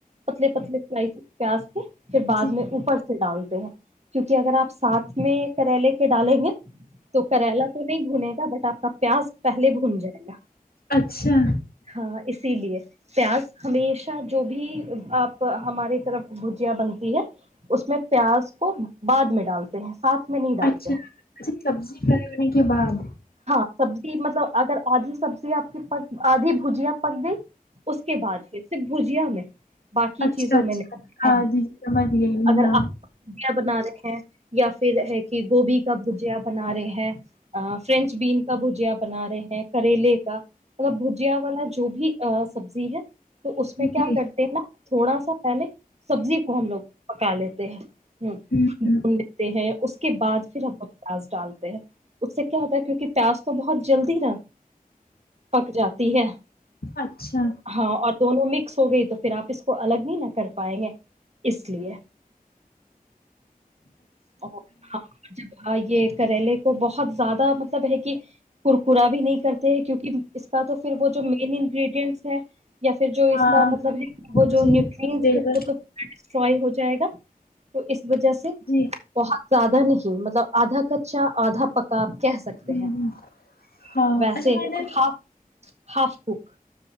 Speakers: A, on the right; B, on the left.
A: پتلے پتلے سلائسز پیاز پھر بعد
B: جی
A: میں اوپر سے ڈالتے ہیں کیونکہ اگر آپ ساتھ میں کریلے کے ڈالیں گے تو کریلا تو نہیں بھنے گا بٹ آپ کا پیاز بھن جائے گا
B: اچھا
A: ہاں اس اسی لیے پیاز ہمیشہ جو بھی آپ ہماری طرف بھجیا بنتی ہے اس میں پیاز کو بعد میں ڈالتے ہیں ساتھ میں نہیں ڈالتے
B: اچھا
A: ہیں
B: سبزی پگانے کے بعد
A: سب مطلب اگر آدھی سبزی آپ کی پ آدھی بھجیا پک گئی اس کے بعد پھر صرف بھجیا میں باقی
B: اچھا
A: چیزوں
B: اچھا
A: میں نہیں ہاں
B: جی جی سمجھ گئی میں
A: اگر
B: ہاں
A: آپ بنا رہے ہیں یا پھر ہے کہ گوبھی کا بھجیا بنا رہے ہیں فرینچ بین کا بھجیا بنا رہے ہیں کریلے کا مطلب بھجیا والا جو بھی سبزی ہے تو اس میں
B: جی
A: کیا کرتے ہیں نا تھوڑا سا پہلے سبزی کو ہم لوگ پکا لیتے ہیں ہ
B: ہوں
A: بھون لیتے ہیں اس کے بعد پھر ہموگ پیاز ڈالتے ہیں اس سے کیا ہوتا ہے کیونکہ پیاز تو بہت جلدی نہا پک جاتی ہے
B: اچھا
A: ہاں اور دونوں میں ہو گئی تو پھر آپ اس کو الگ نہیں نہ کر پائیں گے اس لیے اور ہاں جب یہ کریلے کو بہت زیادہ مطلب ہے کہ ککرا بھی نہیں کرتے ہیں کیونک اس کا تو پھر وہ مین انگریڈینٹس ہے یا پھر جو
B: ہاں
A: اس کا مطلب ہے وہ
B: جی
A: نیٹری ہے
B: لیبر
A: وہ تو پا ڈسٹروائے ہو جائے گا تو اس وجہ سے
B: جی
A: بہت زیادہ نہیں ہی مطلب آدھا کچا آدھا پکا کہہ سکتے
B: ہوں
A: ہیں
B: ہوں ہاں
A: ویسے
B: اچھا میں نے
A: ہاف ہاف کک <unintelligible>